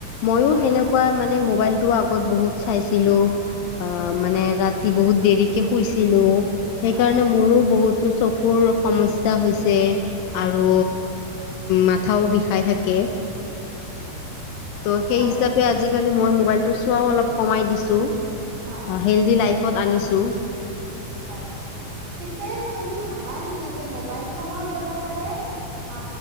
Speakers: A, on the left (about 75°); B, on the right (about 80°).
A: ময়ো
B: হয়।
A: সেনেকুৱা মানে মোবাইলটো আগত বহুত চাইছিলোঁ অ',
B: হয়।
A: মানে ৰাতি বহুত দেৰিকে শুইছিলোঁ সেইকাৰণে
B: হয়
A: মোৰো বহুতো চকু কোৰ সমস্যা হৈছে আৰু মাথাও বিষাই থাকে।
B: <inaudible>
A: ত সেই
B: হয়
A: হিচাপে
B: নিচ
A: আজিকালি মই মবাইলতো চোৱাও অলপ কমাই দিছো
B: হয়
A: অ', হেল্ডি লাইফ ফত আনিছোঁ।
B: হয়, পিছে তুমি ভাবা নেকি যে মোবাইল ফোনৰ ব্যৱহাৰে আ,